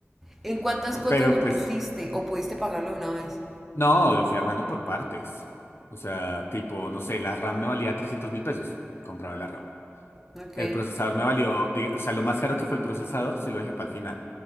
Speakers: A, in the centre; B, on the left.
A: ¿En cuántas
B: <laughs>
A: cuotas
B: pero
A: lo
B: pues,
A: pusiste o pudiste pagarlo de una vez?
B: no, lo fui armando por partes. O sea, tipo, no sé, la RAM me valía trescientos mil pesos. Compraba la RAM.
A: Ok,
B: El procesador me valió, diga- o sea, lo más caro que fue el procesador, sí lo dejé para el final.